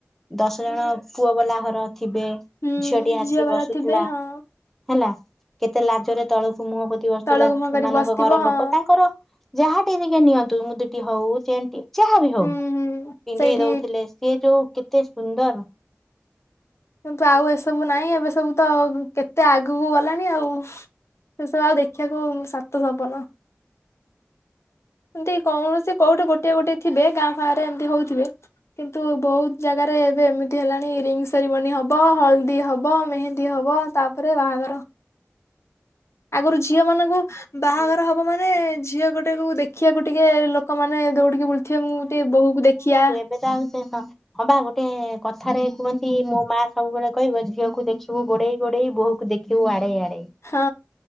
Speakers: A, in the centre; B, on the left.
A: ଦଶ ଜଣ ପୁଅ ବାଲା ଘର ଥିବେ।
B: ହୁଁ
A: ଝିଅଟି ଆସି
B: ଝିଅ ବାଲା
A: ବସୁଥିଲା
B: ଥିବେ ହଁ
A: ହେଲା କେତେ ଲାଜରେ ତଳକୁ ମୁହଁ ପୋ ତି ବସୁଥିଲା
B: ତଳକୁ ମୁହଁ
A: ସେମାନଙ୍କ
B: କରି ବସିଥିବ
A: ଘର
B: ହଁ
A: ଲୋକ ତାଙ୍କର। ଯାହାଟି ଟିକେ ନିଅନ୍ତୁ ମୁଦିଟି ହଉ ଚେନ୍ ଟେ ଯାହା ବି ହୋଉ।
B: ହୁଁ ହୁଁ
A: ପିନ୍ଧେଇ
B: ସେଇଠି
A: ଦଉଥିଲେ ସିଏ ଯୋଉ କେତେ ସୁନ୍ଦର୍।
B: କିନ୍ତୁ ଆଉ ଏସବୁ ନାହିଁ। ଏବେ ସବୁ ତ କେତେ ଆଗକୁ ଗଲାଣି ଆଉ ସେସବୁ ଆଉ ଦେଖିବାକୁ ସାତ ସପନ। ଏମିତି କୌଣସି କୋଉଠି ଗୋଟିଏ ଗୋଟିଏ ଥିବେ ଗାଁ ଫାଁ ରେ ଏମିତି ହୋଉଥିବେ। କିନ୍ତୁ ବହୁତ୍ ଜାଗାରେ ଏବେ ଏମିତି ହେଲାଣି ରିଙ୍ଗ୍ ସେରିମନି ହବ, ହଳଦୀ ହବ, ମେହେନ୍ଦୀ ହବ ତାପରେ ବାହାଘର। ଆଗରୁ ଝିଅ ମାନଙ୍କୁ ବାହାଘର ହବ ମାନେ ଝିଅ ଗୋଟେକୁ ଦେଖ୍ ଦେଖିଆକୁ ଟିକେ ଲୋକମାନେ ଦୌଡିକି ବୁଲୁଥିବେ ମୁଁ ଟିକେ ବୋହକୁ ଦେଖିଆ।
A: <unintelligible> ହଁବା ଗୋଟେ କଥାରେ କୁହନ୍ତି ମୋ ମା ସବୁବେଳେ କହିବ ଝିଅକୁ ଦେଖିବୁ ଗୋଡେଇ ଗୋଡେଇ ବୋହ କୁ ଦେଖ୍ ଖିବୁ ଆଡ଼େଇ ଆଡ଼େଇ।
B: ହଁ